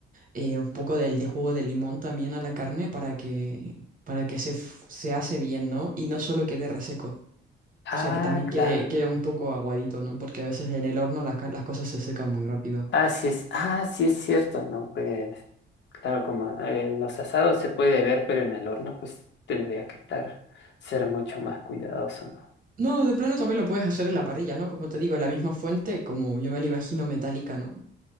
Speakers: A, on the right (about 45°); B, on the left (about 65°).
A: eh, un poco del, de jugo de limón también a la carne para que, para que se, f- se hace bien, ¿no? Y no solo quede reseco.
B: Ah,
A: O sea, que también
B: claro.
A: quede, quede un poco aguadito, ¿no? Porque a veces en el horno las, ca- las cosas se secan muy rápido.
B: Ah, sí es, ah, sí es cierto, ¿no? Pues, claro, como eh, en los asados se puede ver, pero en el horno, pues tendría que estar, ser mucho más cuidadoso, ¿no?
A: No, de plano también lo puedes hacer en la parrilla, ¿no? Como te digo, la misma fuente, como yo me la imagino metálica, ¿no?